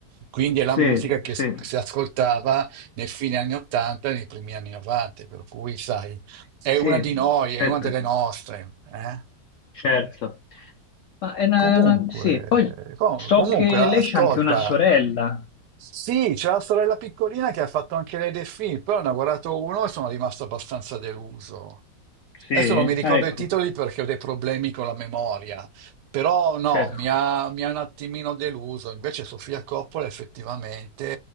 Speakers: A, on the right; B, on the left.
A: Quindi è
B: Sì,
A: la musica che
B: sì,
A: si, si ascoltava nei fine anni 80 e nei primi anni 90, per cui sai. È
B: sì,
A: una di noi,
B: certo.
A: è una delle
B: che-
A: nostre. eh?
B: Certo. Ma è una,
A: Comunque,
B: è una- Sì, poi
A: com-
B: so
A: comunque,
B: che
A: ascolta,
B: lei c'ha anche una sorella.
A: sì, c'è la sorella piccolina che ha fatto anche lei dei film, però ne ho guardato uno e sono rimasto abbastanza deluso.
B: Sì,
A: Adesso non mi ricordo
B: ah, ecco,
A: i titoli perché ho dei problemi con la memoria, però no,
B: Certo,
A: mi ha, mi ha un attimino deluso. Invece Sofia Coppola effettivamente,